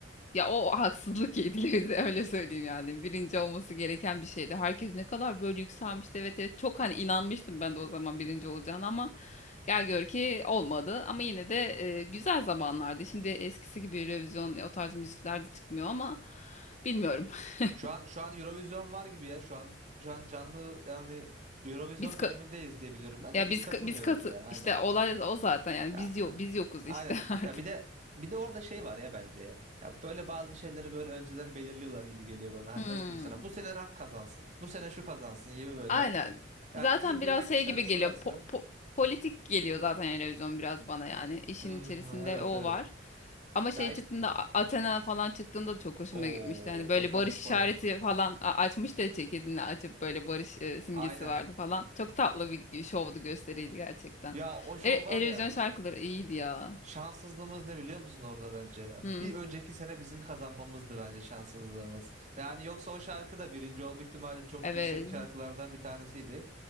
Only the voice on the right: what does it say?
Şu an şu an Eurovision var gibi ya. Şu an şu an canlı yani Eurovision
dönemindeyiz diye biliyorum ben
de biz
katılmıyoruz
ya aynen.
Ya
aynen.
Ya bir de bir de orada şey var ya bence ya. Ya böyle bazı şeyleri böyle önceden belirliyorlar gibi geliyor bana. Hani
nasıl diyeyim sana? Bu sene rock kazansın. Bu sene şu kazansın gibi böyle.
Yani
iyi
bir rock
şarkısı
varsa.
Hmm,
evet
evet.
Ya işte
o
o şarkı
falan.
Aynen.
Ya o şov
var ya.
Şanssızlığımız ne biliyor musun orada bence?
Bir önceki sene bizim kazanmamızdı bence şanssızlığımız. Yani yoksa o şarkı da birinci olma ihtimali çok
yüksek şarkılardan bir tanesiydi.